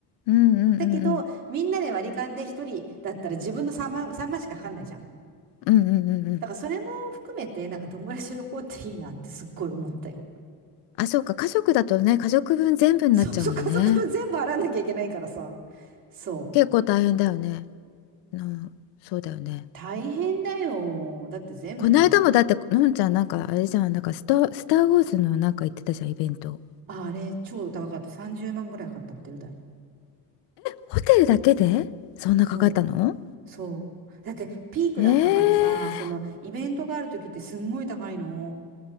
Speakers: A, on the left; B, on the right.
A: うんうんうん。
B: だけど、みんなで割り勘で1人だったら自分の3万、3万しかかかんないじゃん。
A: うんうんうんうん。
B: だからそれも含めて、なんか友達と旅行っていいなってすっごい思ったよ。
A: あ、そうか。家族だとね、家族分全部になっちゃうもんね。
B: そうそう、家族分全部払わなきゃいけないからさ。そ
A: 結構大変だよね。うん、そうだよね。
B: う。大変だよ。だって全部、
A: この間もだって、のんちゃんなんかあれじゃん、なんかスタ、スター・ウォーズのなんか行ってたじゃん、イベント。
B: ああれ、超高かった。30万ぐらいかかったホテル代。
A: ホテルだけでそんなかかったの
B: そう。そう。だってピークだったからさ、
A: ええ
B: そのイベントがある時ってすんごい高いの。